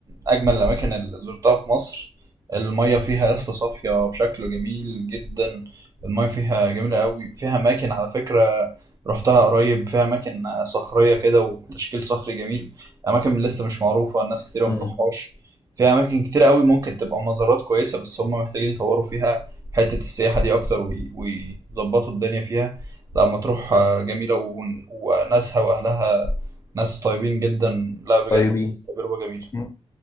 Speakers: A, on the right; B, on the left.
A: اجمل الاماكن اللي زرتها في مصر الميه فيها يا اسطى صافيه بشكل جميل جدا الميه فيها جميله قوي فيها اماكن على فكره رحتها قريب فيها اماكن آه، صخريه كده وتشكيل صخري جميل اماكن لسه مش معروفه الناس كتير
B: مم.
A: ما بتروحهاش فيها اماكن كتير قوي ممكن تبقى مزارات كويسه بس هم محتاجين يطوروا فيها حته السياحه دي اكتر وي- ويظبطوا الدنيا فيها لا مطروح آه، جميله ون- وناسها واهلها ناس طيبين جدا لا بجد
B: طيب ايه؟
A: تجربة جميلة
B: مم.